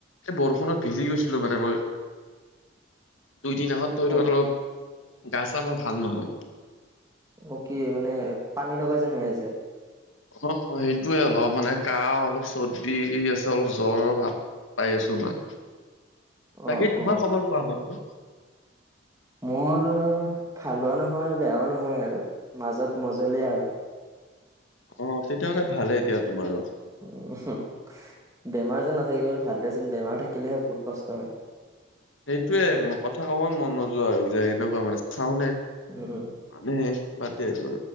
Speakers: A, on the left (about 85°); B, on the right (about 15°).
A: এই বৰষুণত ভিজি গৈছিলো মানে মই। দুইদিন আগত তইতো
B: অ
A: অলপ গা-চা মোৰ ভাল নহয়।
B: অ' কি মানে, পানী লগা যেন হৈ আছে।
A: অঁ অঁ সেইটয়ে অলপ মানে কাহ, অলপ চৰ্দি, আছে অলপ জ্বৰৰ ভাৱ পাই আছো মই,
B: অ
A: বাকী তোমাৰ
B: অ
A: খবৰ কোৱা বন্ধু?
B: মোৰ খালো নহয় বেয়াও নহয় আৰু নহ'য় মাজত মজলিয় আৰু
A: অঁ তেতিয়াহ'লে ভালেই দিয়া এতিয়া তোমাৰো।
B: উম হু। বেমাৰ যেন নাথাকিলেও ভাল দে চোন বেমাৰ থাকিলেহে বহুত কষ্ট হয়।
A: এইটোয়ে কথা ক'ব মন নোযোৱা হৈ যায় এনেকুৱা মানে চাওনে
B: <unintelligible>
A: এ বাদ দিয়া এইবোৰ